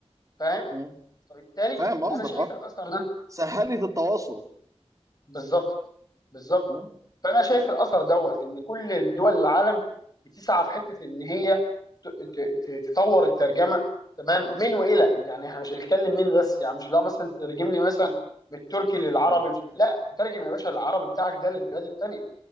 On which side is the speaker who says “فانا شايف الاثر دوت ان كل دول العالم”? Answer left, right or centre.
Left